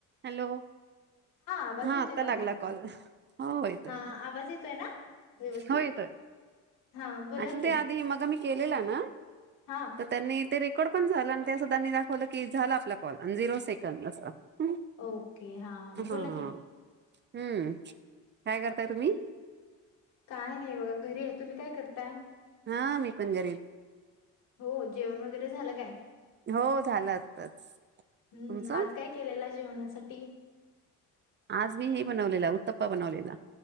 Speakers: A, on the right (about 35°); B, on the left (about 85°).
A: Hello.
B: आवाज
A: हा
B: येतोय
A: आता
B: का
A: लागला
B: माझा?
A: कॉल हो हो येतोय
B: हा आवाज येतोय ना व्यवस्थित?
A: हो येतोय.
B: हा बोला
A: अस
B: की
A: ते आधी मग मी केलेला ना.
B: हा
A: तर त्यांनी ते कट पण झाला आणि ते अस त्यांनी दाखवलं की झाला आपला कॉल झिरो सेकंद असं हम्म.
B: ओके हा
A: हा
B: बोला की
A: हम्म काय करताय तुम्ही?
B: काय नाही बघा घरी आहे, तुम्ही काय करताय
A: हा मी पण घेरीच
B: हो जेवण वगैरे झालं काय?
A: हो झालं आताच तुमचं?
B: हम्म आज काय केलेला जेवणासाठी
A: आज मी हे बनवलेला उत्तपा बनवलेला